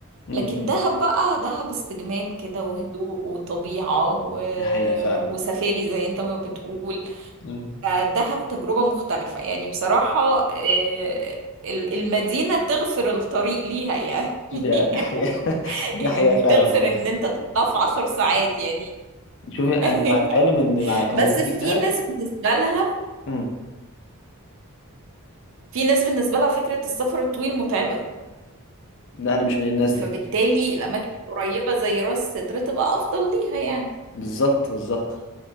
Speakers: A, on the left; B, on the right.
A: <laughs> م-
B: لكن
A: م.
B: دهب بقى دهب استجمام كده وهدوء وطبيعه و...
A: دي حقيقة فعلا
B: وسفاري زي انت ما بتقول
A: م.
B: فدهب تجربة مختلفة يعني بصراحة آه، ال- المدينة تغفر الطريق ليها يعني <laughs>
A: ده ده حقيقة <laughs> ده
B: يعني
A: حقيقة فعلا
B: تغفر
A: والله
B: ان انت تطلع في عشر ساعات يعني
A: شوفي أنا
B: <laughs>
A: مع العلم إن مع كان
B: بس
A: وجود
B: في
A: الذهب
B: ناس بالنسبة لها
A: م.
B: في ناس بالنسبة لها فكرة السفر الطويل متعبة
A: لا أنا مش من الناس
B: فبالتالي
A: دي
B: الأماكن القريبة زي راس سدر تبقى أفضل ليها يعني
A: بالظبط بالظبط